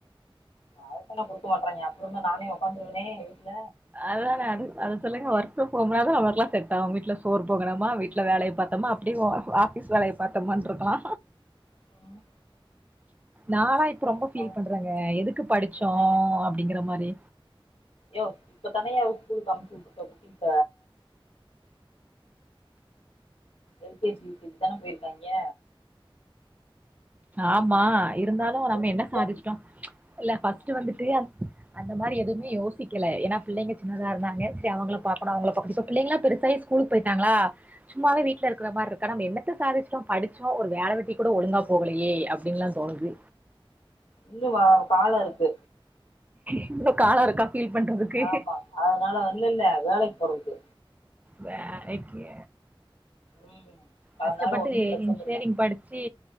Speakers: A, on the left; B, on the right.
A: அதத்தான குடுக்க மாட்றாங்க அப்டிருந்தா நானே உக்காந்துருவனே வீட்ல
B: அதுதான அது அத சொல்லுங்க ஒர்க் ஃப்ரம் ஹோம்னாதா நம்மளுக்லா செட்டாகு வீட்ல சோறு பொங்கணுமா வீட்ல
A: ம்
B: வேலய பாத்தோமா அப்டி ஆஃபீஸ் வேலய பாத்தமான் இருக்லா
A: ம் ம்
B: நாலா இப்ப ரொம்ப
A: எல்லாமே
B: ஃபீல் பண்றங்க எதுக்கு படிச்சோ
A: சொன்னேனே
B: அப்டிங்கற மாரி
A: யோவ் இப்போ தானய்யா ஸ்கூலுக்கு அமிச்சுட்ருக்கோ குட்டீஸ L K G U K G தான போயிருக்காய்ங்க
B: ஆமா இருந்தாலு நம்ம
A: ஒரு நிமிஷோ
B: என்ன சாதிச்சுட்டோ இல்ல ஃபஸ்ட்டு வந்துட்டு அந்த மாரி எதுமே
A: ம்
B: யோசிக்கில ஏனா பிள்ளைங்க சின்னதா இருந்தாங்க செரி அவுங்கள பாக்லா அவுங்கள பாக்க சோ பிள்ளங்களா பெருசாயி ஸ்கூலுக் போயிட்டாங்ளா சும்மாவே
A: ம்
B: வீட்ல இருக்கிற மார் இருக்கு நம்ம என்னத்த சாதிச்சிட்டோ படிச்சோ ஒரு வேல வெட்டிக் கூட ஒழுங்கா போகலியே அப்டின்லா தோணுது
A: இன்னுவா கால இருக்கு
B: இன்னு கால இருக்கா ஃபீல் பண்றதுக்கு
A: ஆமா அதனால ஒண்ணு இல்ல வேலக்கி போறதுக்கு
B: வேலைக்கு
A: ம்
B: கஷ்டப்பட்டு
A: அதனால ஒன்னு பிரச்சன
B: இன்ஜினியரிங்
A: இல்ல
B: படிச்சி